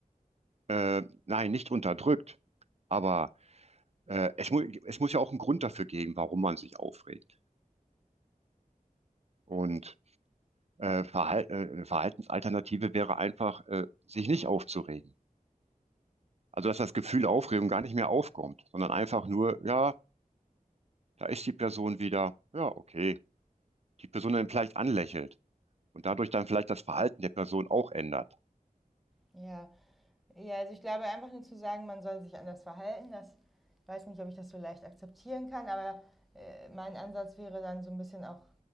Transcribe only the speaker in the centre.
Ja, Ja, also ich glaube einfach nur zu sagen, man soll sich anders verhalten, das weiß nicht, ob ich das so leicht akzeptieren kann, aber äh, mein Ansatz wäre dann so ein bisschen auch,